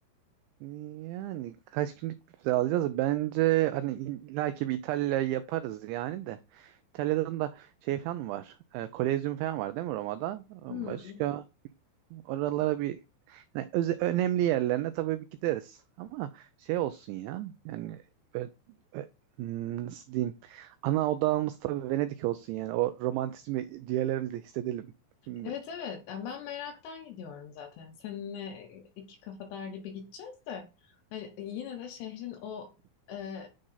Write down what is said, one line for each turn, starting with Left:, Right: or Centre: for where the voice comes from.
Right: Yani kaç günlük bir vize alacağız? Bence hani illa bir İtalya yaparız yani de. İtalya'dan da şey falan mı var? E, Kolezyum falan var değil mi Roma'da?
Left: Hmm.
Right: Başka Oralara bir yani öze- önemli yerlerine tabii bir gideriz. Ama şey olsun ya. Yani böyle, ö- hmm, nasıl diyeyim? Ana odağımız tabii Venedik olsun yani. O romantizmi diğerlerimizle hissedelim. Şimdi
Left: Evet evet. Yani ben meraktan gidiyorum zaten. Seninle iki kafadar gibi gideceğiz de. Hani e, yine de şehrin o e,